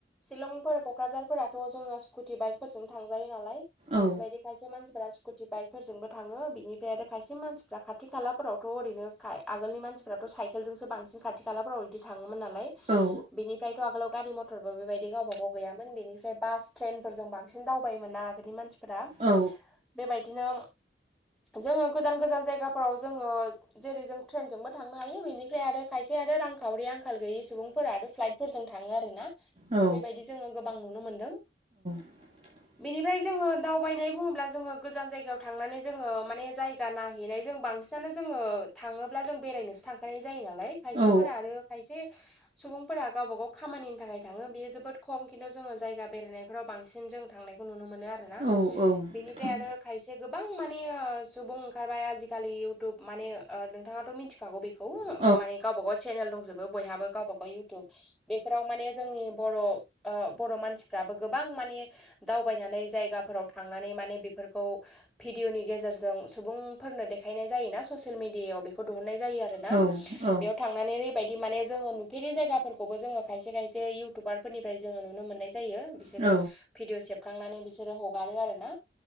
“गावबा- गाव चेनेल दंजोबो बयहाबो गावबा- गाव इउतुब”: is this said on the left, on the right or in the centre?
Centre